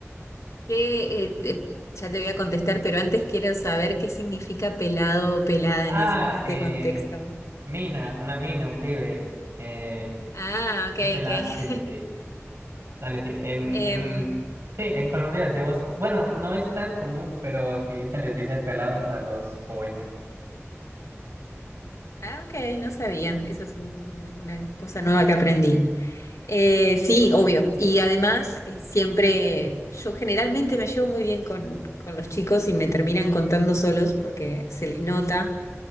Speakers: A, on the left; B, on the right.
A: ¿Qué, eh, te- ya te voy a contestar, pero antes quiero saber qué significa pelado o pelada
B: Ah,
A: en, es- en este
B: eh,
A: contexto.
B: mina, una mina, un pibe. Eh,
A: Ah, ok,
B: un pelado,
A: ok.
B: sí, sí, sí. Dale, sí. En,
A: Em,
B: en, sí, en Colombia decimos, bueno, no es tan común, pero sí se les dice pelados a los jóvenes.
A: Ah, ok, no sabía. Eso es un- un- una cosa nueva que aprendí. Eh, sí, obvio. Y además, eh, siempre, yo generalmente me llevo muy bien con, con los chicos y me terminan contando solos porque se les nota